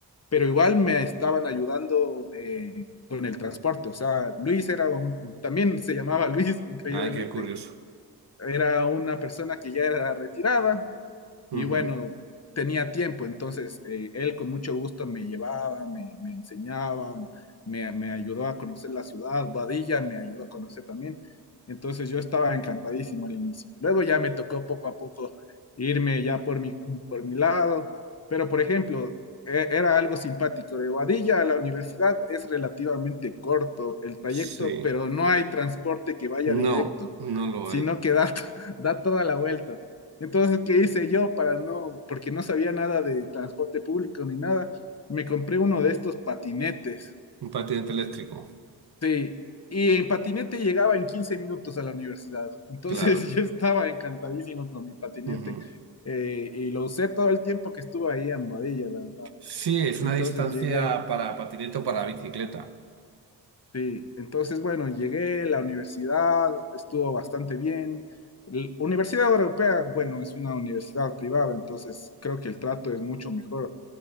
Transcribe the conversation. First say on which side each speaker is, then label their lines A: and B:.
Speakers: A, on the left; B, on the right.
A: pero igual me estaban ayudando eh, con el transporte. O sea, Luis era un, también se llamaba <laughs> Luis, increíblemente,
B: Ay, qué curioso.
A: era una persona que ya era retirada, y
B: Ujú,
A: bueno, tenía tiempo, entonces eh, él con mucho gusto me llevaba, me, me enseñaba, me, me ayudó a conocer la ciudad, Guadilla me ayudó a conocer también. Entonces yo estaba encantadísimo al inicio. Luego ya me tocó poco a poco irme ya por mi, por mi lado, pero por ejemplo, e- era algo simpático. De Guadilla a la universidad es relativamente corto el trayecto,
B: Sí.
A: pero no hay transporte que vaya
B: No,
A: directo,
B: no lo
A: sino
B: hay.
A: que da, <laughs> da toda la vuelta. Entonces, ¿qué hice yo para no, porque no sabía nada de transporte público ni nada? Me compré uno de estos patinetes.
B: Un patinete eléctrico,
A: Sí, y en patinete llegaba en 15 minutos a la universidad. Entonces,
B: claro.
A: <laughs> yo estaba encantadísimo con mi patinete
B: Ujú.
A: eh, y lo usé todo el tiempo que estuve ahí en Boadilla, la verdad.
B: Sí, es
A: Entonces
B: una distancia
A: llegué,
B: para patinete o para bicicleta.
A: Sí, entonces bueno, llegué, la universidad estuvo bastante bien. La Universidad Europea, bueno, es una universidad privada, entonces creo que el trato es mucho mejor